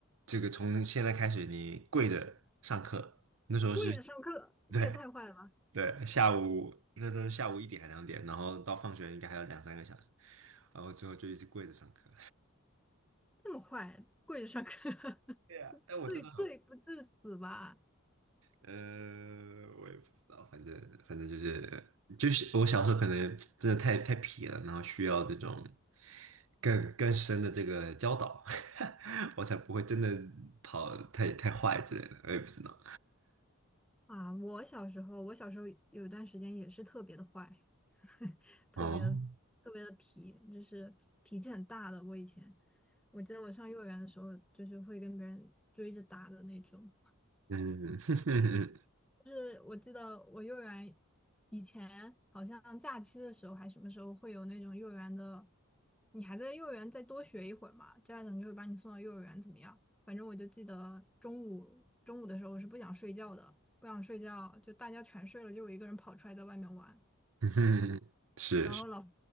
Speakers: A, on the right; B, in the centre.
A: 这个从现在开始你跪着上课，那时候是
B: 跪着上课，
A: 对。
B: 这也太坏了吧？
A: 对，下午那都是下午一点还两点，然后到放学应该还有两三个小时，然后之后就一直跪着上课。
B: 这么坏，跪着上课，<laughs>
A: 对呀，但我真的很，
B: 罪罪不至此吧？
A: 呃，我也不知道，反正反正就是就是我小时候可能真的太太皮了，然后需要这种更更深的这个教导，<laughs> 我才不会真的跑太太坏之类的，我也不知道。
B: 啊，我小时候，我小时候有一段时间也是特别的坏，<laughs> 特别的特别的皮，
A: 哦，
B: 就是脾气很大的。我以前，我记得我上幼儿园的时候，就是会跟别人追着打的那种。
A: 嗯，<laughs>
B: 就是我记得我幼儿园以前好像假期的时候还什么时候会有那种幼儿园的，你还在幼儿园再多学一会儿嘛，家长就会把你送到幼儿园怎么样？反正我就记得中午中午的时候我是不想睡觉的，不想睡觉，就大家全睡了，就我一个人跑出来在外面玩，
A: 嗯是是
B: 然后老